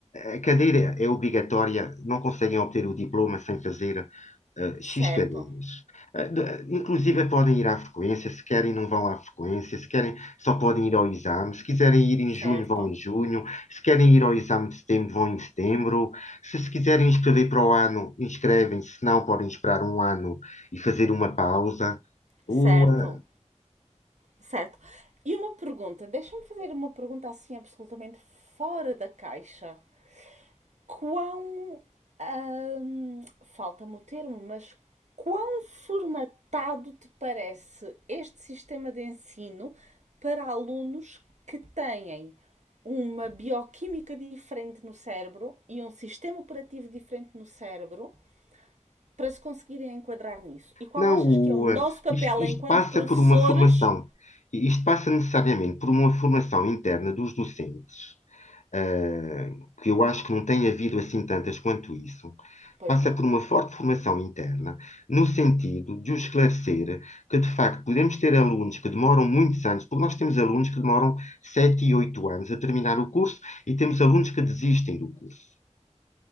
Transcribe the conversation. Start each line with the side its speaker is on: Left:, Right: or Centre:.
Left: a cadeira é obrigatória, não conseguem obter o diploma sem fazer eh, X
Right: Certo,
Left: cadeiras. Eh, de- Inclusive podem ir à frequência, se querem não vão à frequência, se querem só podem ir ao exame. Se quiserem ir em junho,
Right: certo.
Left: vão em junho. Se querem ir ao exame de setembro, vão em setembro. Se se quiserem inscrever para o ano, inscrevem-se. Se não, podem esperar um ano e fazer uma pausa. O,
Right: Certo,
Left: eh,
Right: certo. E uma pergunta, deixa-me fazer uma pergunta assim absolutamente fora da caixa. Quão, ahm, falta-me o termo, mas quão formatado te parece este sistema de ensino para alunos que têm uma bioquímica diferente no cérebro e um sistema operativo diferente no cérebro para se conseguirem enquadrar nisso? E qual
Left: não,
Right: achas
Left: o,
Right: que é o nosso
Left: eh,
Right: papel
Left: isto, isto
Right: enquanto
Left: passa
Right: professores?
Left: por uma formação. Isto passa necessariamente por uma formação interna dos docentes ah, que eu acho que não tem havido assim tantas quanto isso,
Right: Pois
Left: passa
Right: não.
Left: por uma forte formação interna, no sentido de o esclarecer que, de facto, podemos ter alunos que demoram muitos anos, porque nós temos alunos que demoram 7 e 8 anos a terminar o curso e temos alunos que desistem do curso.